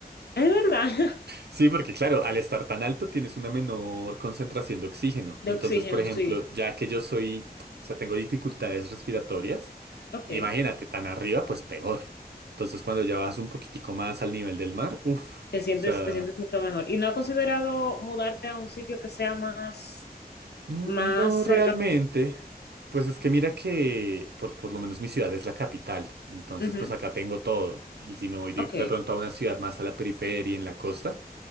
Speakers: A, on the left (about 85°); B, on the right (about 85°).
A: es verdad. <laughs>
B: Sí, porque claro, al estar tan alto tienes una menor concentración de oxígeno.
A: De
B: Entonces,
A: oxígeno,
B: por ejemplo,
A: sí.
B: ya que yo soy, o sea, tengo dificultades respiratorias,
A: Ok.
B: imagínate, tan arriba, pues peor. Entonces, cuando ya vas un poquitico más al nivel del mar, uff,
A: Te sientes,
B: o sea,
A: te sientes mucho mejor. ¿Y no has considerado mudarte a un sitio que sea más,
B: no
A: más
B: realmente.
A: cerca?
B: Pues es que mira que por, por lo menos mi ciudad es la capital, entonces
A: Ujú.
B: pues acá tengo todo. Y si me voy de,
A: Ok.
B: de pronto a una ciudad más a la periferia, en la costa,